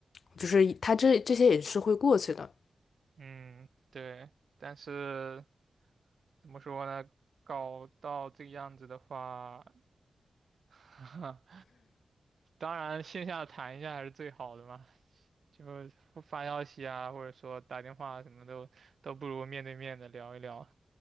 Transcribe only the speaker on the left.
就是他这这些也是会过去的。